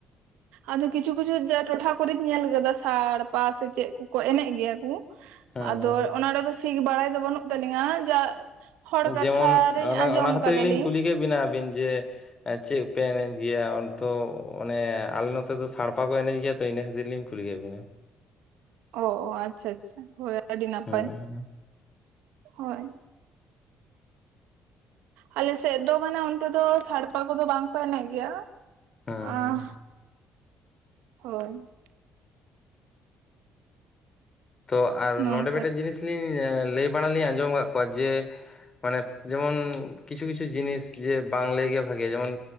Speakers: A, on the right; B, on the left.
A: ᱟᱫᱚ ᱠᱤᱪᱷᱩ ᱠᱤᱪᱷᱩ ᱡᱮ ᱴᱚᱴᱷᱟ ᱠᱚᱨᱮᱧ ᱧᱮᱞ ᱟᱠᱟᱫᱟ ᱥᱟᱲᱯᱟ ᱥᱮ ᱪᱮᱫ ᱠᱚᱠᱚ ᱮᱱᱮᱡ ᱜᱤᱭᱟ ᱠᱩ
B: ᱦᱩᱸ
A: ᱟᱫᱚ
B: ᱦᱩᱸ
A: ᱚᱱᱟ ᱲᱮᱫᱚ ᱥᱤᱠ ᱵᱟᱲᱟᱭ ᱫᱚ ᱵᱟᱹᱱᱩᱜ ᱛᱟᱹᱞᱤᱝᱟ ᱡᱟ ᱦᱚᱲ
B: ᱡᱮᱢᱚᱱ
A: ᱠᱟᱛᱷᱟ ᱨᱤᱧ
B: ᱚᱱᱟ
A: ᱟᱸᱡᱚᱢ
B: ᱚᱱᱟ ᱠᱷᱟᱹᱛᱤᱨ
A: ᱠᱟᱫᱟᱞᱤᱧ
B: ᱜᱮᱞᱤᱧ ᱠᱩᱞᱤ ᱠᱮᱜ ᱵᱤᱱᱟ ᱟᱹᱵᱤᱱ ᱡᱮ ᱪᱮᱜ ᱯᱮ ᱮᱱᱮᱡ ᱜᱮᱭᱟ ᱛᱚ ᱚᱱᱮ ᱟᱞᱮ ᱱᱚᱛᱮ ᱫᱚ ᱥᱟᱲᱯᱟ ᱠᱚ ᱮᱱᱮᱡ ᱜᱮᱭᱟ ᱛᱚ ᱤᱱᱟᱹ ᱠᱷᱟᱹᱛᱤᱨ ᱞᱤᱧ ᱠᱩᱞᱤ ᱠᱮᱜ ᱵᱤᱱᱟ
A: ᱚ ᱚ ᱟᱪᱪᱷᱟ ᱟᱪᱪᱷᱟ ᱦᱚᱭ ᱟᱹᱰᱤ ᱱᱟᱯᱟᱭ
B: ᱦᱩᱸ ᱦᱩᱸ
A: ᱦᱚᱭ ᱟᱞᱮ ᱥᱮᱜ ᱫᱚ ᱢᱟᱱᱮ ᱚᱱᱛᱮ ᱫᱚ ᱥᱟᱲᱯᱟ ᱠᱚᱫᱚ ᱵᱟᱝ ᱠᱚ ᱮᱱᱮᱜ ᱜᱮᱭᱟ
B: ᱦᱩᱸ
A: ᱟᱸ
B: ᱦᱩᱸ
A: ᱦᱳ ᱞᱟᱹᱭᱢᱮ
B: ᱛᱚ ᱟᱨ
A: ᱱᱚᱝᱠᱟ
B: ᱱᱚᱸᱰᱮ ᱢᱤᱫᱴᱟᱹᱱ
A: ᱟᱨᱠᱤ
B: ᱡᱤᱱᱤᱥ ᱞᱤᱧ ᱞᱟᱹᱭ ᱵᱟᱲᱟᱞᱤᱧ ᱟᱸᱡᱚᱢ ᱠᱟᱜ ᱠᱚᱣᱟ ᱡᱮ ᱢᱟᱱᱮ ᱡᱮᱢᱚᱱ ᱠᱤᱪᱷᱩ ᱠᱤᱪᱷᱩ ᱡᱤᱱᱤᱥ ᱡᱮ ᱵᱟᱝ ᱞᱮᱹᱭ ᱜᱮ ᱵᱷᱟᱜᱮᱭᱟ ᱡᱮᱢᱚᱱ